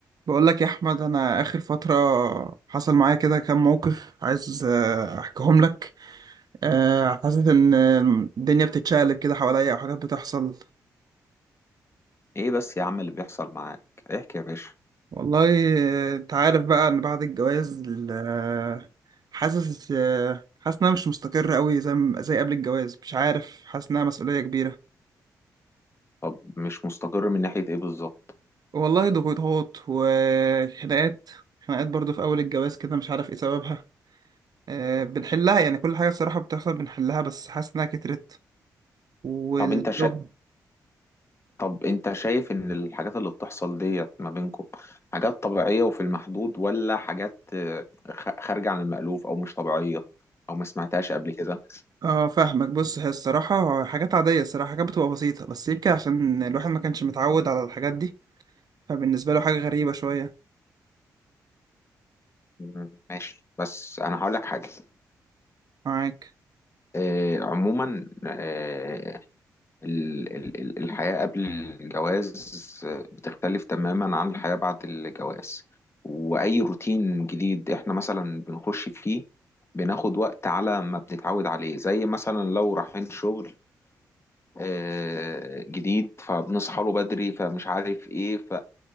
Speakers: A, on the right (about 50°); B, on the left (about 30°).
A: بقول لك يا احمد انا اخر فتره حصل معايا كده كام موقف عايز آه، احكيهم لك آه، حاسس ان الدنيا بتتشقلب كده حواليا او حاجات بتحصل
B: ايه بس يا عم اللي بيحصل معاك احكي يا باشا
A: والله آه، انت عارف بقى ان بعد الجواز آه، حاسس آه، حاسس انها مش مستقره قوي زي ما- زي قبل الجواز مش عارف حاسس انها مسؤوليه كبيره
B: طب مش مستقر من ناحية ايه بالظبط
A: والله ضغوطات وخناقات خناقات برضو في اول الجواز كده مش عارف ايه سببها آه، بنحلها يعني كل حاجه الصراحه بتحصل بنحلها بس حاسس انها كترت والشغل
B: طب انت شا... طب انت شايف ان الحاجات اللي بتحصل ديت ما بينكم حاجات طبيعية وفي المحدود ولا حاجات آه، خ- خارجة عن المألوف او مش طبيعية او ما سمعتهاش قبل كده
A: اه فاهمك بص هي الصراحة حاجات عادية الصراحة حاجات بتبقى بسيطة بس يمكن عشان الواحد ما كانش متعود على الحاجات دي فبالنسبة له حاجة غريبة شوية
B: مم، ماشي بس انا هقول لك حاجة
A: معاك
B: آه، عموما آه، ال- ال- ال- الحياة قبل الجواز بتختلف تماما عن الحياة بعد الجواز وأي روتين جديد إحنا مثلا بنخش فيه بناخد وقت على ما بنتعود عليه زي مثلا لو رايحين شغل آه، جديد فبنصحى له بدري فمش عارف إيه ف-